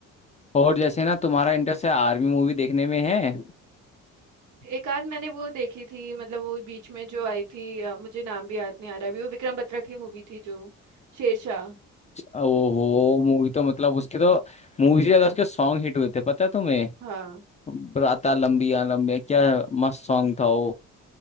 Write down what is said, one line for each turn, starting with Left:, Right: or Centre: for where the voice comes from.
Left: और जैसे ना तुम्हारा इंटरेस्ट है आर्मी मूवी देखने में है
Right: एक आध मैंने वो देखी थी मतलब वो बीच में जो आई थी अ, मुझे नाम भी याद नहीं आ रहा अभी वो विक्रम बत्रा की मूवी थी जो शेरशाह
Left: वो हो मूवी तो मतलब
Right: हाँ
Left: उसके तो मूवी से ज्यादा उसके सॉन्ग हिट हुए थे पता है तुम्हें
Right: हाँ
Left: राता लंबिया लंबिया क्या मस्त सॉन्ग था वो